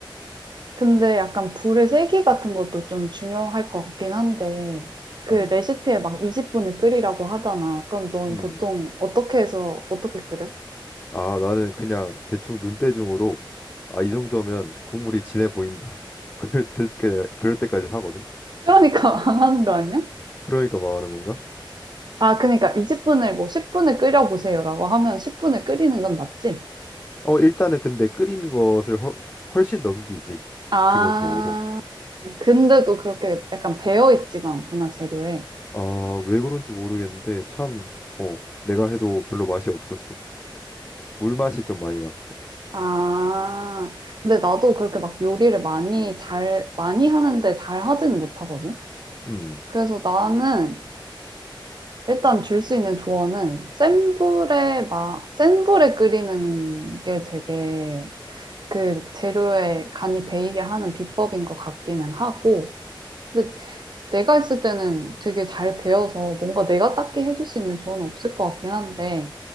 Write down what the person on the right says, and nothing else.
근데 약간 불의 세기 같은 것도 좀 중요할 것 같긴 한데, 그
레시피에 막 20분을 끓이라고 하잖아. 그럼 넌
보통 어떻게 해서 어떻게 끓여?
그러니까 <laughs> 망하는 거 아니야?
아, 그러니까 20분을 뭐 10분을 끓여보세요라고 하면 10분을 끓이는 건 맞지?
아,
근데도 그렇게 약간 배어있지가 않구나, 재료에.
아, 근데 나도 그렇게 막 요리를 많이 잘, 많이 하는데 잘 하지는 못하거든?
그래서 나는 일단 줄 수 있는 조언은 센 불에 막, 센 불에 끓이는 게 되게 그 재료에 간이 배이게 하는 비법인 것 같기는 하고, 근데 내가 했을 때는 되게 잘 배워서 뭔가 내가 딱히 해줄 수 있는 조언은 없을 것 같긴 한데,